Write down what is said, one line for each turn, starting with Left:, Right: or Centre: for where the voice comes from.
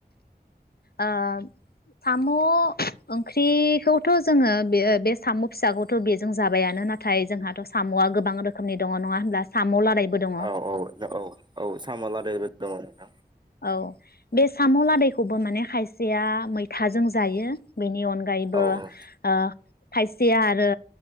Left: आ साम' ओंख्रिखौथ' जोङो बे बे साम' फिसाखौथ' बेजों जाबायानो नाथाय जोंहाथ' साम'आ गोबां रोखोमनि दङ नङा होनब्ला साम' लादायबो दङ
Right: औ औ औ औ साम'लादायबो दङ नोंथां
Left: औ बे साम लादायखौबो माने खाय या मैथाजों जायो बेनि अनगायैबो
Right: औ औ
Left: ओ खायसेया आरो